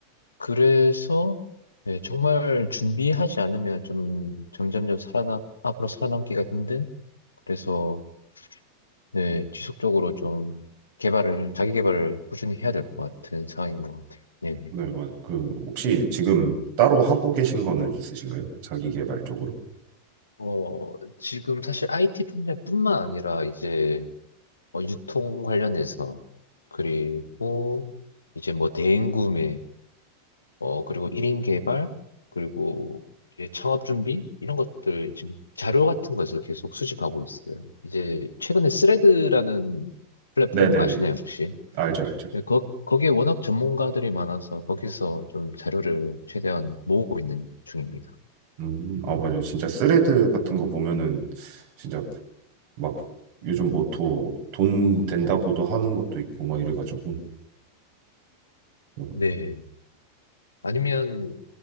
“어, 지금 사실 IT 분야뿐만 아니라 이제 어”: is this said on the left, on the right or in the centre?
Left